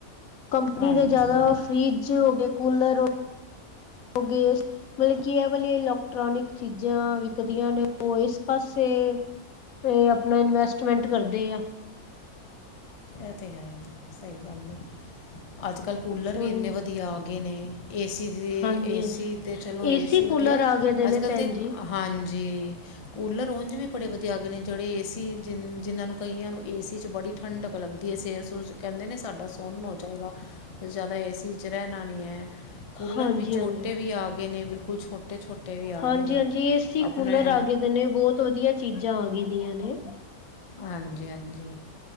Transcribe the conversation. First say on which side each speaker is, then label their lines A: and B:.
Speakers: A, on the left; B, on the left.
A: ਕੰਪਨੀ
B: ਹਾਂਜੀ
A: ਦੇ ਜਿਆਦਾ ਫਰਿਜ ਹੋ ਗਏ, ਕੂਲਰ ਹੋ ਗਏ ਮਤਲਬ ਕਿ ਇਹ ਵਾਲੀਆਂ ਇਲੈਕਟ੍ਰੋਨਿਕ ਚੀਜ਼ਾਂ ਵਿਕਦੀਆਂ ਨੇ ਉਹ ਇਸ ਪਾਸੇ ਇਹ ਆਪਣਾ ਇਨਵੈਸਟਮੈਂਟ ਕਰਦੇ ਆ।
B: ਇਹ ਤਾਂ ਹੈ ਸਹੀ ਗੱਲ ਨਹੀਂ ਅੱਜ ਕੱਲ੍ਹ ਕੂਲਰ ਵੀ
A: ਹੁਣ
B: ਇੰਨੇ ਵਧੀਆ ਆ ਗਏ ਨੇ। ਏਸੀ ਦੀ
A: ਹਾਂਜੀ
B: ਏਸੀ ਅਤੇ ਚਲੋ
A: ਏਸੀ
B: ਏ ਸੀ ਵਧੀਆ
A: ਕੂਲਰ ਆ ਗਏ ਦੇ
B: ਅੱਜ
A: ਨੇ
B: ਕੱਲ੍ਹ
A: ਭੈਣ
B: ਤਾਂ
A: ਜੀ
B: ਹਾਂਜੀ। ਜੀ। ਕੂਲਰ ਉਝ ਵੀ ਬੜੇ ਵਧੀਆ ਗਏ ਨੇ ਜਿਹੜੇ ਏਸੀ ਜਿਹਨਾਂ ਨੂੰ ਕਹੀਏ ਉਹ ਨੂੰ ਏਸੀ ਚ ਬੜੀ ਠੰਡ। ਲੱਗਦੀ ਹੈ ਸਰ ਸੁਰ 'ਚ ਕਹਿੰਦੇ ਨੇ ਸਾਡਾ ਸੋਹਨ ਹੋ ਜਾਵੇਗਾ ਅਸੀ ਜ਼ਿਆਦਾ ਏਸੀ 'ਚ ਰਹਿਣਾ ਨਹੀਂ ਹੈ। ਕੂਲਰ
A: ਹਾਂਜੀ
B: ਵੀ ਛੋਟੇ
A: ਹਾਂਜੀ
B: ਵੀ ਆ ਗਏ ਨੇ ਬਿਲਕੁਲ ਛੋਟੇ ਛੋਟੇ ਵੀ ਆ
A: ਹਾਂਜੀ
B: ਗਏ ਨੇ
A: ਹਾਂਜੀ ਏਸੀ
B: ਆਪਣੇ
A: ਕੂਲਰ ਆ ਗਏ ਦੇ ਨੇ ਬਹੁਤ ਵਧੀਆ ਚੀਜ਼ਾਂ ਆ ਗਈ ਦੀਆਂ ਨੇ
B: ਹਾਂਜੀ ਹਾਂਜੀ